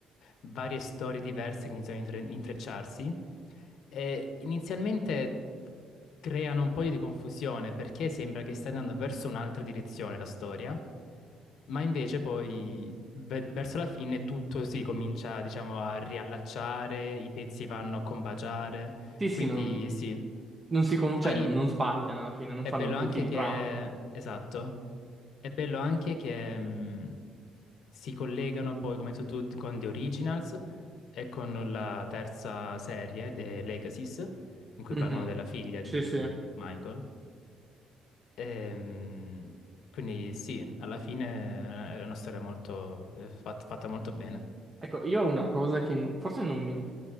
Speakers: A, on the left; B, on the right.
A: varie storie diverse che iniziano a intre- intrecciarsi. E inizialmente creano un po' di confusione perché sembra che stia andando verso un'altra direzione la storia, ma invece poi ve- verso la fine tutto si comincia, diciamo, a riallacciare, i pezzi vanno a combaciare,
B: Sì, sì,
A: quindi
B: non,
A: sì.
B: non si, con-
A: Poi
B: cioè, non, non sbagliano alla fine, non
A: è
B: fanno
A: bello
B: buchi
A: anche
B: di
A: che,
B: trama.
A: esatto, è bello anche che mh, si collegano poi, come hai detto tu, con The Originals e con la terza serie, The Legacies, in cui
B: Mhm.
A: parlano della figlia
B: Sì,
A: di
B: sì.
A: Michael. Ehm, quindi sì, alla fine è una storia molto, eh, fat- fatta molto bene,
B: Ecco, io ho una cosa che n- forse non mi- un